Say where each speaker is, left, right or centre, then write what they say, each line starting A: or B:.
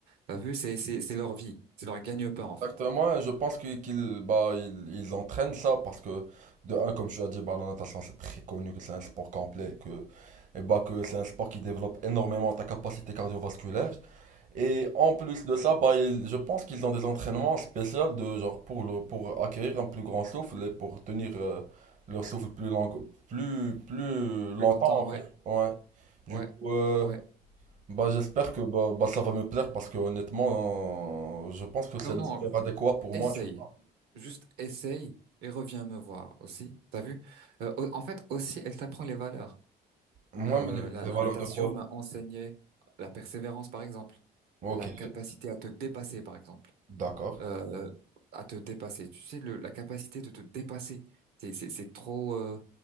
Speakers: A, on the right; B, on the right.
A: T'as vu, c'est c'est c'est leur vie, c'est leur gagne-pain en fait.
B: Exactement, et je pense qu'ils qu'ils- bah, ils, ils entraînent ça parce que, de un, comme tu as dit, bah, la natation c'est très connu que c'est un sport complet, que, et bah, que c'est un sport qui développe énormément ta capacité cardiovasculaire. Et en plus de ça, bah, ils- je pense qu'ils ont des entraînements spéciaux de, genre, pour, le, pour acquérir un plus grand souffle et pour tenir euh, leur souffle plus long, plus, plus longtemps
A: Plus longtemps,
B: en fait.
A: ouais,
B: Ouais. Du
A: ouais,
B: coup, euh,
A: ouais.
B: bah, j'espère que bah, bah, ça va me plaire parce que honnêtement, euh, je pense que c'est
A: Non
B: le
A: non,
B: sport adéquat pour
A: Essaye.
B: moi, tu vois.
A: Juste essaye et reviens me voir aussi. T'as vu? Euh, au- en fait, aussi, elle t'apprend les valeurs.
B: Moi,
A: Euh,
B: mais les,
A: la,
B: les
A: la
B: valeurs
A: natation
B: de quoi?
A: m'a enseigné la persévérance, par exemple.
B: Ok,
A: La capacité à te dépasser, par exemple.
B: d'accord.
A: Euh, à te dépasser. Tu sais, le, la capacité de te dépasser, c'est, c'est, c'est trop, euh,